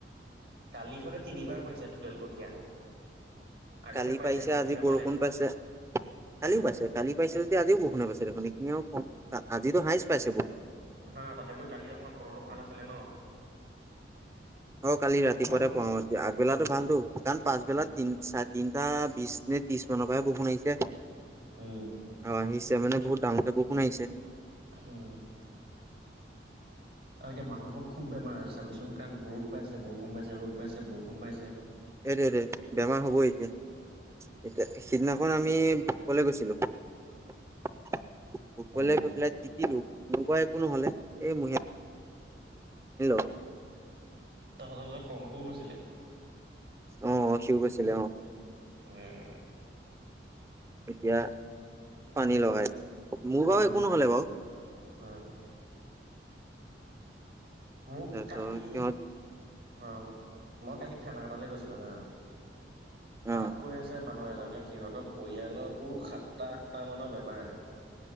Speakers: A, on the right; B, on the right.
A: কালিসতে তিনিবাৰ পাৰিছে টুটেল কঠীয়া। আগতে
B: কালি
A: পাৰিলে
B: পাৰিছে,
A: বৰষুণে
B: আজি বৰষুণ
A: পালে
B: পাইছে। কালিওঁ
A: অ,
B: পাৰিছে, কালি পাৰিছে যদি আজিওঁ বৰষুন পাইছে, এইখিনিও আজিটো হাইষ্ট পাইছে বৰষুণে।
A: হা, তথাপিও কালি অকণমান বতৰতো ভাল আছিলে ন।
B: অ, কালি ৰাতিপুৱাতে
A: অকমান
B: <unintelligible> আগবেলাতো
A: অ,
B: ভালতো,
A: সেইটো অ,
B: কাৰণ পাচবেলা
A: উম,
B: তিন চাৰে তিনটা বিশ নে ত্ৰিশ মানৰ পৰাহে বৰষুন আহিছে।
A: উম।
B: অ, আহিছে মানে বহুত ডাঙৰকে বৰষুন আহিছে।
A: উম। আৰু এতিয়া মানুহবোৰ খুব বেমাৰত আছে, চাবিচোন! কাৰণ ৰ'দ পাইছে, বৰষুণ পাইছে, ৰ'দ পাইছে, বৰষুণ পাইছে।
B: সেইটোৱে দে, বেমাৰ হ'বই এতিয়া। এতিয়া সিদিনাখন আমি ফুৰিবলে গৈছিলোঁ। ফুৰিবলে
A: উম,
B: গৈ পেলাই টিটিলো, মোৰ বাৰু একো নহ'লে, এই <unintelligible>
A: তহঁতৰ লগত কংকুও গৈছিলে!
B: অ, অ, সিওঁ গৈছিলে। অ।
A: উম,
B: এতিয়া পানী লগা, মোৰ বাৰু
A: অ',
B: একো নহ'লে বাৰু। <inaudible>
A: অ', মোক
B: তাৰপিছত
A: কালি,
B: সিহঁত
A: অ মই কালি খানা এটালৈ গৈছিলোঁ হা, তাত
B: অ
A: কৈ আছে মানুহে এজনে, সিহঁতৰ পৰিয়ালতো সাতটা-আঠটা মানৰ বেমাৰ।